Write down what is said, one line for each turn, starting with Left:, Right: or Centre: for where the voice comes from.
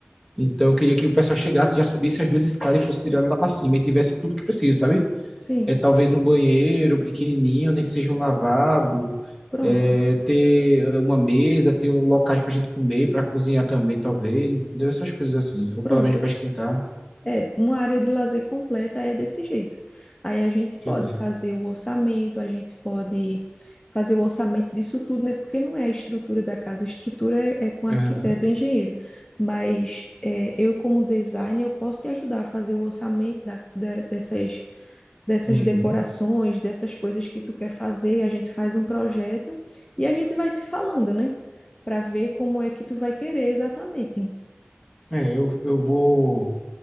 Centre: Então eu queria que o pessoal chegasse, já subisse as duas escadas e fosse direto lá para cima e tivesse tudo que precisa, sabe?
Left: sim.
Centre: é talvez um banheiro pequenininho, nem que seja um lavabo,
Left: Pronto,
Centre: é, ter uma mesa, ter um locais para a gente comer, para cozinhar também, talvez, entendeu? Essas coisas assim, ou
Left: pronto.
Centre: pelo menos para esquentar,
Left: É, uma área de lazer completa é desse jeito. Aí a gente
Centre: entendeu?
Left: pode fazer o orçamento, a gente pode fazer o orçamento disso tudo, né? Porque não é a estrutura da casa, a estrutura é, é com arquiteto
Centre: Aham.
Left: ou engenheiro. Mas é, eu, como designer, eu posso te ajudar a fazer o orçamento da, da- dessas, dessas
Centre: Uhum.
Left: decorações, dessas coisas que tu quer fazer. A gente faz um projeto e a gente vai se falando, né? Para ver como é que tu vai querer exatamente.
Centre: É, eu, eu vou.